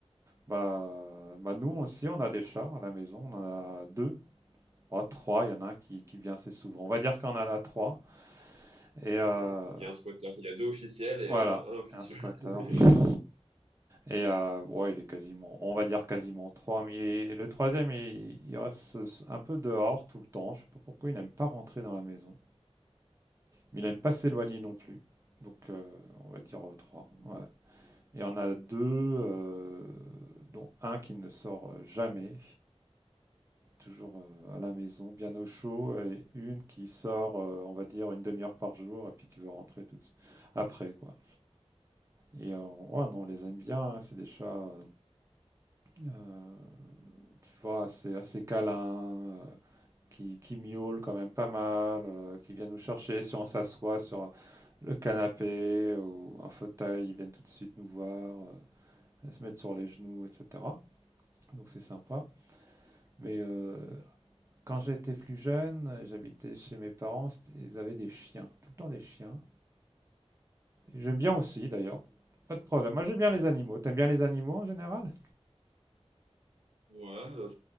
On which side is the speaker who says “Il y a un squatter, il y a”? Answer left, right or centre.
Right